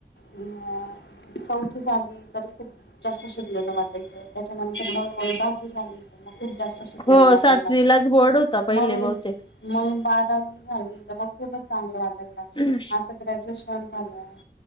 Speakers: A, on the left (about 90°); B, on the left (about 25°).
A: अ. चौथ झाली तरी खूप जास्त शिकलेलं वाटायचं त्याच्या नंतर मग हळू हळू दहावी झाली झाली. मग खूप जास्त शिकलेल
B: हो
A: वाटायल
B: सातवीलाच
A: लागल.
B: बोर्ड होता पहिले
A: मंग
B: बहुतेक
A: मंग बारावी झाली त मग खूपच चांगलं वाटायला लागलं.
B: हम्म
A: आता ग्रॅज्युएशन झालं आहे.